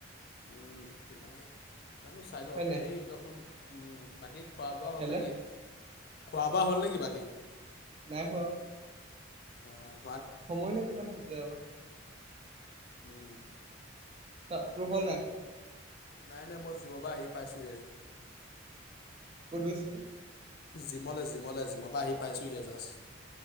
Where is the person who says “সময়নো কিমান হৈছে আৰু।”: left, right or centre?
Right